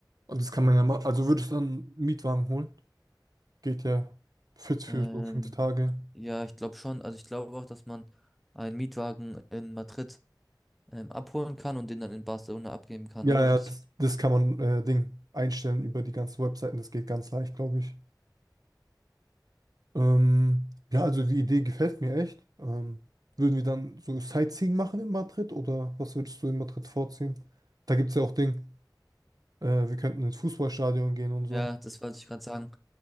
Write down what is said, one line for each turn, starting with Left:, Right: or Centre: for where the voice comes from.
Right: Und das kann man ja machen. Also würdest du dann einen Mietwagen holen? Geht ja fit für
Centre: ähm,
Right: so fünf Tage.
Centre: ja, ich glaube schon. Also ich glaube auch, dass man einen Mietwagen in Madrid ähm, abholen kann und den dann in Barcelona abgeben kann,
Right: Ja,
Centre: oder?
Right: ja,
Centre: Das,
Right: das, das kann man äh, Ding einstellen über die ganzen Webseiten. Das geht ganz leicht, glaube ich. Ähm, ja, also die Idee gefällt mir echt. Ähm, würden wir dann so Sightseeing machen in Madrid oder was würdest du in Madrid vorziehen? Da gibt es ja auch Ding. Äh, wir könnten ins Fußballstadion gehen und so.
Centre: ja, das wollte ich gerade sagen.